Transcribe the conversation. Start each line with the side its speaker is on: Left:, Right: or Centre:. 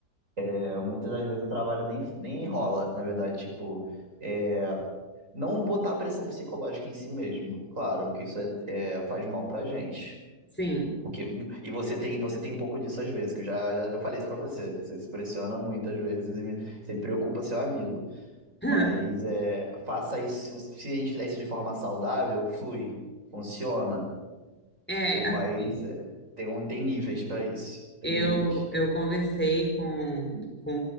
Right: é, muitas das vezes o trabalho nem, nem enrola, na verdade, tipo, é, não botar pressão psicológica em si mesmo, claro, porque isso é, é, faz mal pra gente.
Centre: sim.
Right: Porque, e você tem, você tem um pouco disso às vezes, que eu já, já, já falei isso pra você. Você se pressiona muitas vezes e me- você preocupa seu amigo.
Centre: <laughs>
Right: Mas é, faça isso, se você- se a gente fizer isso de forma saudável, flui, funciona.
Centre: É,
Right: Pô,
Centre: assim.
Right: Mas é, tem, um, tem níveis pra isso, tem
Centre: Eu,
Right: níveis.
Centre: eu conversei com, com